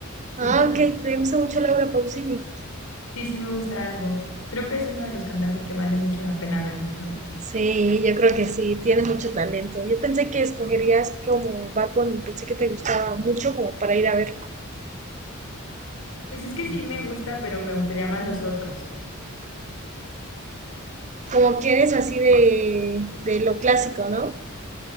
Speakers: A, on the left; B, on the right.
A: ¿Y
B: Ah,
A: tú?
B: ok, te gusta mucho Laura Pausini.
A: Sí, sí me gusta algo. Creo que es uno de los cantantes que vale mucho la pena verlos, ¿no?
B: Sí, yo creo que sí, tiene mucho talento. Yo pensé que escogerías como Bad Bunny, pensé que te gustaba mucho como para ir a verlo.
A: Pues es que sí me gusta, pero me gustaría más los otros.
B: Como que eres así de, de lo clásico, ¿no?